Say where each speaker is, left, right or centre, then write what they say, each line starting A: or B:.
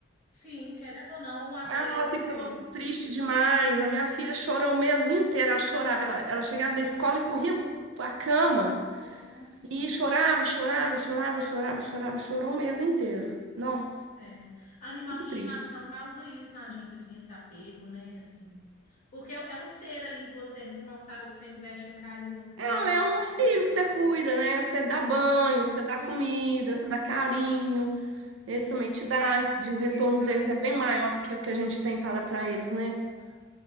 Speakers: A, on the left; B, on the right.
A: Sim, querendo ou não, é um apego.
B: Ah, nós ficamos tristes demais. A minha filha chorou o mês inteiro, ela chorava. Ela, ela chegava da escola e corria para a cama
A: Nossa.
B: e chorava, chorava, chorava, chorava, chorava, chorou um mês inteiro. Nossa,
A: É. é. Animal
B: muito
A: de
B: triste.
A: estimação causa isso na gente, assim, esse apego, né? Assim. Porque é é um ser ali que você é responsável, que você investe um carinho, um tempo,
B: É, é um
A: dedicação.
B: filho que você cuida, né? Você dá
A: Sim.
B: banho, você dá
A: Sim.
B: comida, você dá carinho.
A: Sim.
B: Esse também te dá, de, o retorno
A: E eles fazem.
B: deles é bem maior do que o que a gente tem para dar para eles, né?
A: É.